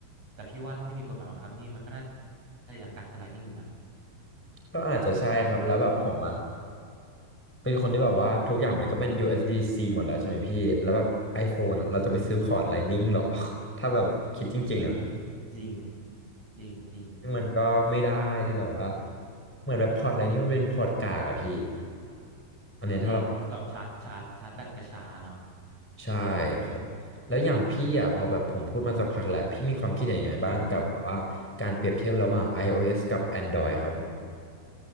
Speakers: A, on the right; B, in the centre.
A: แต่พี่ว่าถ้าไม่มีกฎหมายบังคับนี่มันก็น่าจะยังกักเป็น Lightning อยู่นะ
B: ก็อาจจะใช่ครับแล้วแบบผมอะเป็นคนที่แบบว่าทุกอย่างมันก็เป็น USDC หมดแล้วใช่ไหมพี่แล้วแบบ iPhone อะเราจะไปซื้อพอร์ตไลนิ่งหรอ <laughs> ถ้าแบบคิดจริงๆอะพี่
A: เออจริงจริงจริงจริง
B: ซึ่งมันก็ไม่ได้ที่แบบว่าเหมือนแบบพอร์ตไลนิ่งมันเป็นพอร์ตกากอะพี่อันเนี้ยถ้าเรา
A: จริงแบบชาร์จชาร์จชาร์จแบตกระช้าเนาะ
B: ใช่ครับแล้วอย่างพี่อ่ะพอแบบผมพูดมาสักพักแล้วพี่มีความคิดเห็นยังไงบ้างกับแบบว่าการเปรียบเทียบระหว่าง
A: ครับ
B: iOS กับ Android ครับผม